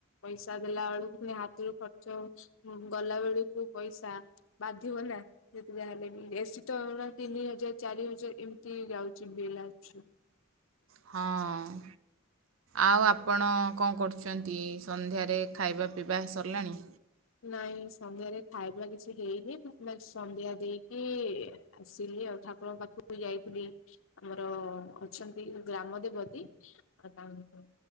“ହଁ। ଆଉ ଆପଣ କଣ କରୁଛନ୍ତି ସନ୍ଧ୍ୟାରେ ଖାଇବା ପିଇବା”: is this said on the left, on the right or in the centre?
Right